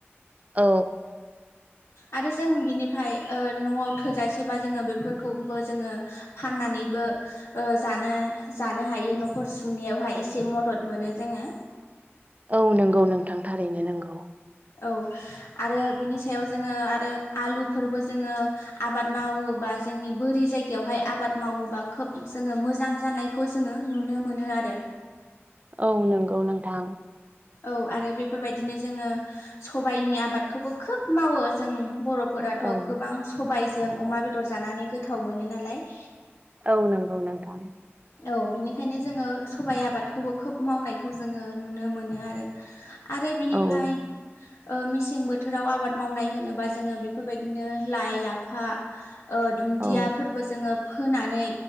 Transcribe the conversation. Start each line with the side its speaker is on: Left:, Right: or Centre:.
Right: औ
Left: आरो जों ओ बिनिफ्राय न'आव थोजासेबा जोङो बेफोरखौबो जोङो फाननानैबो ओ जानो जानो हायो न'खर सुंनायावहाय एसे मदद मोनो जोङो
Right: औ नंगौ नोंथां थारैनो नंगौ।
Left: औ आरो बिनि सायाव जोङो आरो आलुफोरबो जोङो आबाद मावोबा बा जोंनि बोरि जायगायावहाय आबाद मावोबा खोब जोङो मोजां जानायखौ जोङो नुनो मोनो आरो
Right: औ नंगौ नोंथां
Left: औ आरो बेफोरबायदिनो जोङो सबायाइनि आबादखौबो खोब मावो जों बर'फोराथ'
Right: औ
Left: गोबां सबायजों अमा बेदर जानानै गोथाव मोनो नालाय
Right: औ नंगौ नोंथां
Left: औ बिनिखायनो जोङो सबाइ आबादखौबो खोब मावनायखौ जोङो नुनो मोनो आरो आरो बिनिफ्राय
Right: औ
Left: ओ मेसें बोथोराव आबाद मावनाय होनोबा जोङो बेफोरबायदिनो लाइ लाफा ओ दुन्दियाफोरबो
Right: औ
Left: जोङो फोनानै